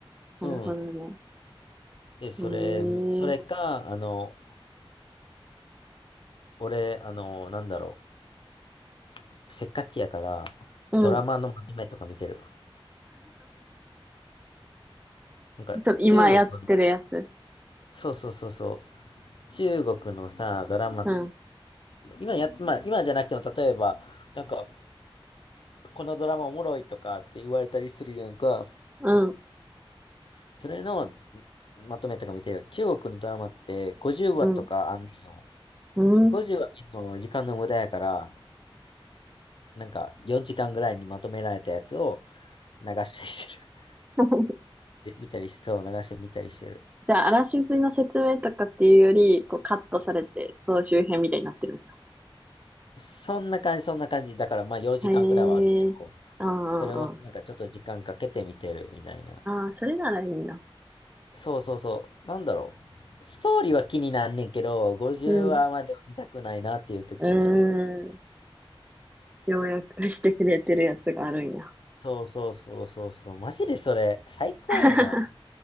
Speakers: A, on the right; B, on the left.
A: なるほどね。
B: うん。で、それ、
A: へえ。
B: それか、あの、俺、あの、なんだろう。せっかちやから、
A: うん。
B: ドラマのまとめとか見てる。
A: <laughs> ち
B: なんか、
A: ょっと今やってるやつ。
B: 中国の、そうそうそうそう。中国のさ、ドラマ、
A: うん。
B: 今や、まあ、今じゃなくても、例えば、なんか、このドラマおもろいとかって言われたりするやんか。
A: うん。
B: それのまとめとか見てる。中国のドラマって50話とかあんねんよ。
A: うん。うん。
B: で、50話見るの時間の無駄やから、なんか4時間ぐらいにまとめられたやつを流したりしてる。<laughs>
A: <laughs>
B: で、見たりして、そう流して見たりしてる。
A: じゃあ、あらしずの説明とかっていうより、こうカットされて、総集編みたいになってるんや。
B: そんな感じ、そんな感じ。だからまあ4時間ぐらいはあるけど、
A: へえ。ああ、
B: それをなんかちょっと時間かけて見てるみたいな。
A: ああ。ああ、それならいいな。
B: そうそうそう。なんだろう。ストーリーは気になんねんけど、50話までは見たくないなっていう時に
A: うん。うーん。要約してくれてるやつがあるんや。
B: そうそうそうそうそう。マジでそれ、最高よな。
A: <laughs>